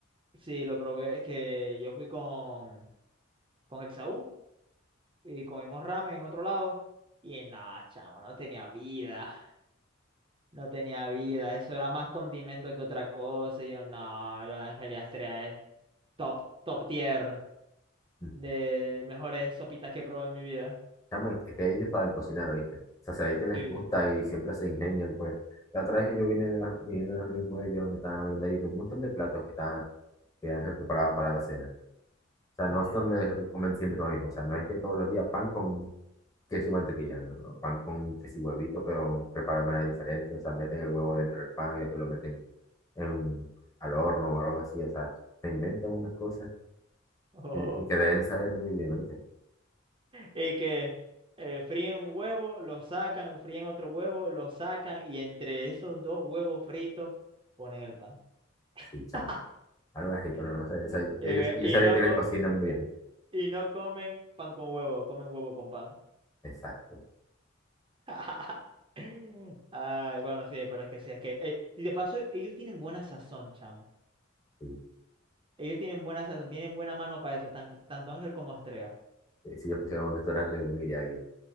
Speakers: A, on the right (about 25°); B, on the left (about 15°).
A: Sí, lo probé, es que yo fui con, con Hexaú y comimos ramen en otro lado. Y nada, chavo, no tenía vida. No tenía vida. Eso era más condimento que otra cosa. Y yo, no, lo de Ángel Astrea es top, top tier.
B: Mm.
A: De mejores sopitas que he probado en mi vida.
B: Chamo, es que ellos saben cocinar, ¿oíste? O sea, se ve que les
A: Sí,
B: gusta
A: sí.
B: y siempre se ingenian, pues. La otra vez que yo vine de la, vine de la reunión con ellos, me estaban hablando ahí de un montón de platos que, estaban, que Ángel preparaba para la cena. O sea,
A: Ujú.
B: no son los que comen siempre lo mismo. O sea, no es que todos los días pan con queso y mantequilla, no, no, no. Pan con queso y huevito, pero preparado de manera diferente. O sea, meten el huevo dentro del pan y después lo meten en- al horno o algo así, o sea, se inventan unas cosas
A: <laughs> Ojo.
B: y, de- y que deben saber muy bien, ¿oíste?
A: Y que eh, fríen un huevo, lo sacan, fríen otro huevo, lo sacan y entre esos dos huevos fritos ponen el pan.
B: Sí, chamo,
A: <laughs>
B: algo así,
A: Mm.
B: pero no sé, o sea,
A: Eh,
B: ellos, ellos
A: y
B: saben
A: no,
B: que le
A: co-
B: cocinan bien,
A: y no comen pan con huevo, comen huevo con pan.
B: exacto,
A: <laughs> Ay, bueno, sí, pero es que sí, es que... eh, y de paso, ellos tienen buena sazón, chamo.
B: sí.
A: Ellos tienen buena sazón, tienen buena mano para eso, tan- tanto Ángel como Astrea.
B: Eh, Si yo pusiera un restaurante, le iría bien.